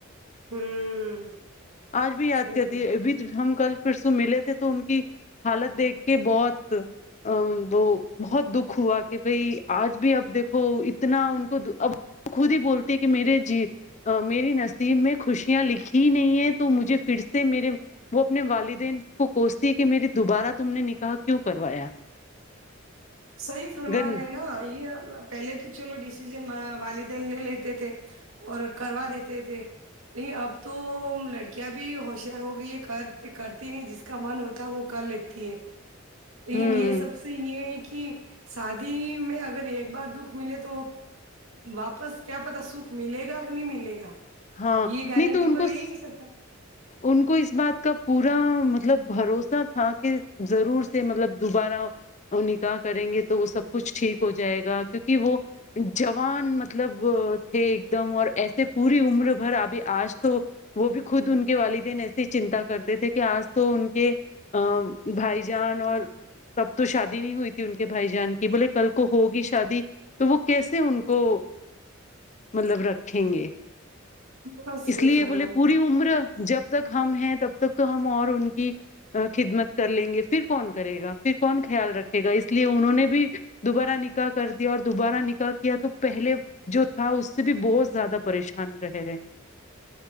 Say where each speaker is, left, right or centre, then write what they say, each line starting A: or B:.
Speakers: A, on the right; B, on the left.
A: ہوں
B: آج بھی یاد
A: صحیح
B: کرتی
A: فرما
B: ہے اب ہم کل پھر س ملے تھے تو ان کی حالت دیکھ کے بہت ا وہ بہت دکھ ہوا کہ بھائی آج بھی اب دیکھو اتنا ان کو اب وہ خود ہی بولتی ہے کہ میرے جی میری نصیب میں خوشیاں لکھی نہیں ہے تو مجھے پھر سے میرے وہ اپنے والدین کو کوستی ہے کہ میری دوبارہ تم نے نکاح کیوں کروایا
A: صحیح فرما
B: گر
A: رہے ہیں نا یہ پہلے تو چلو ڈیسیزن والدین لے لیتے تھے اور کروا دیتے تھے لیکن اب تو لڑکیاں بھی ہوشیار ہو گئی ہے کرتے کرتے نہیں جس کا من ہوتا ہے وہ کر لی تیھ لیکن
B: ہوں
A: یہ سب سے یہ کہ شادی میں اگر ایک بار دکھ ملے تو واپس کیا پتا سکھ ملے گا کہ نہیں ملے گا
B: ہاں
A: یہ گارنٹی
B: نہیں تو ان
A: کوئی
B: کو
A: لیں گی سب ت
B: ان کو اس بات کا پورا مطلب بھروسہ تھا کہ ضرور سے مطلب دوبارہ نکاح کریں گے تو وہ سب کچھ ٹھیک ہو جائے گا کیونکہ وہ جوان مطلب تھے ایک دم اور ایسے پوری عمر بھر ابھی آج تو وہ بھی خود ان کے والدین ایسے ہی چنتا کرتے تھے کہ آج تو ان کے ا بھائی جان اور تب تو شادی نہیں ہوئی تھی ان کے بھائی جان کی بولے کل کو ہوگی شادی تو وہ کیسے ان کو مطلب رکھیں گے
A: ہاں صحیح
B: اس لیے
A: فرما
B: بولے پوری
A: رہے ہو
B: عمر جب تک ہم ہیں تب تک تو ہم اور ان کی خدمت کر لیں گے پھر کون کرے گا پھر کون خیال رکھے گا اس لیے انہوں نے بھی دوبارہ نکاح کر دیا اور دوبارہ نکاح کیا تو پہلے جو تھا اس سے بھی بہت زیادہ پریشان رہ رہے ہیں